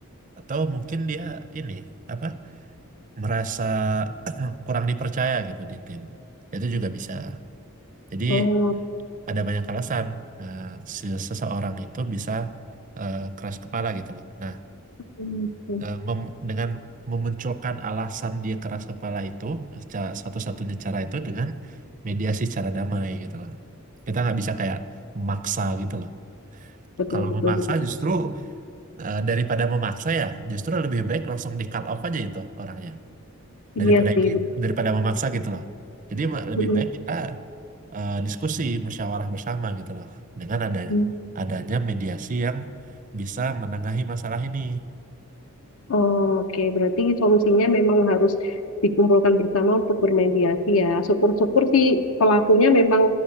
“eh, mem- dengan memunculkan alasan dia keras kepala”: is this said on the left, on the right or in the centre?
Right